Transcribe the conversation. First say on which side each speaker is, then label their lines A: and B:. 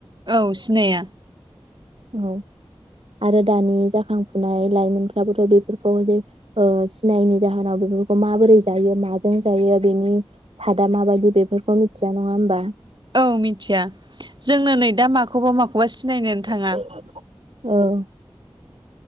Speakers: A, on the right (about 50°); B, on the right (about 85°).
A: औ सिनाया।
B: औ आरो दानि जाखांफुनाय लाइमोनफ्राबोथ' बेफोरखौ जे ओ सिनायिनि जाहोनाव बेफोरखौ माबोरै जायो माजों जायो बेनि सादा माबायदि बेफोरखौ मिथिया नङा होमबा?
A: औ मिथिया। जोंनो नै दा माखौबा माखौबा सिनायनोनो थाङा।
B: <unintelligible> औ।